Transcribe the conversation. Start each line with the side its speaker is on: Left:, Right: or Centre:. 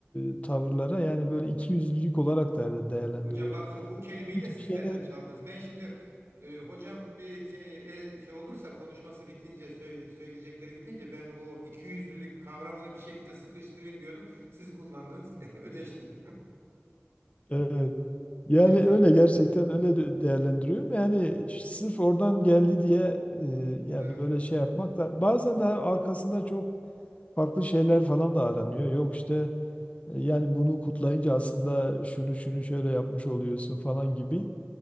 Left: e, tavırlara yani böyle ikiyüzlülük olarak da değerlendiriyorum.
Right: Hocam bakın bu kelimeyi
Left: Hiçbir
Right: de siz
Left: şeyine
Right: benden çaldınız. Ben şimdi e, hocam bir şey, e, şey olursa konuşması bitince sö- söyleyecekleri bitince ben bu ikiyüzlülük kavramını bir şekilde sıkıştırayım diyordum. Siz kullandınız. <laughs> Ödeştik.
Left: evet,
Right: <laughs>
Left: Yani
Right: Hocam şimdi
Left: öyle gerçekten
Right: Hı,
Left: öyle de- değerlendiriyorum. Yani ş- sırf oradan geldi diye e, ya
Right: değil mi?
Left: böyle şey yapmak da bazen de arkasında çok farklı şeyler falan da aranıyor. Yok işte e, yani bunu kutlayınca aslında şunu şunu şöyle yapmış oluyorsun falan gibi